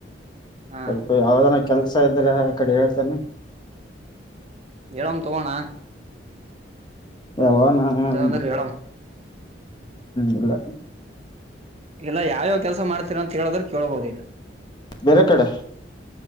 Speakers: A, on the right; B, on the left.
A: ಹಾ
B: ಸ್ವಲ್ಪ ಯಾವ ಕೆಲ್ಸ ಇದ್ರೆ ಕಡೆ ಹೇಳ್ತಾನ
A: ಎರಮ ತೊಗೋಣ
B: ಯಾವ ನ ಹ್ಮ್
A: ಅಂದ್ರೆ ಹೇಳಮ್
B: ಇಲ್ಲ
A: ಎಲ್ಲ ಯಾವ್ಯಾವ ಕೆಲ್ಸ ಮಾಡ್ತೀರ ಅಂತ ಹೇಳದ್ರ ಕೇೇಳಬೋುದ ಇಲ್ಲ
B: ಬೇರೆ ಕಡೆ